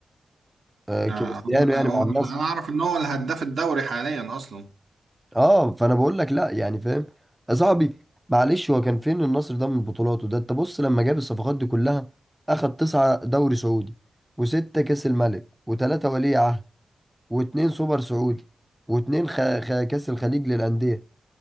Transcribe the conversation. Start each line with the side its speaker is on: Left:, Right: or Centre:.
Centre: آه كريستيانو
Right: آه، هو
Centre: يعني
Right: هو-
Centre: مع النصر
Right: انا اعرف ان هو الهداف الدوري حاليا اصلا
Centre: اه فانا بقول لك لا يعني فاهم يا صاحبي معلش هو كان فين النصر ده من بطولاته ده انت بص لما جاب الصفقات دي كلها اخد تسعة دوري سعودي وستة كاس الملك وتلاتة ولي عهد واتنين سوبر سعودي واتنين خ... خ... كاس الخليج للأندية